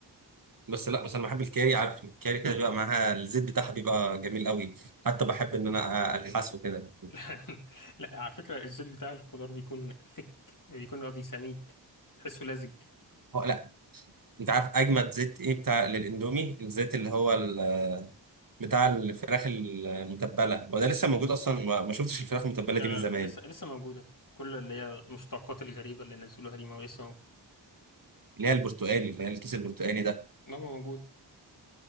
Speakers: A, on the right; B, on the left.
A: بس لا بس انا بحب الكاري عارف الكاري كده بيبقى معاها الزيت بتاعها بيبقى جميل قوي حتى بحب ان انا الحسه كده
B: <laughs> لا على فكرة الزيت بتاع الخضار بيكون ثك بيكون قصدي سميك تحسه لزج
A: هو لا انت عارف اجمد زيت ايه بتاع للاندومي الزيت اللي هو ال- بتاع الفراخ المتبله وده لسه موجود اصلا ما ما شفتش الفراخ المتبله
B: لا، لا،
A: دي من
B: لا،
A: زمان
B: لسه لسه موجودة كل اللي هي المشتقات الغريبة اللي نزلوها دي ما لسه موجودة
A: اللي هي البرتقاني اللي هي الكيس البرتقاني ده
B: إنما موجودة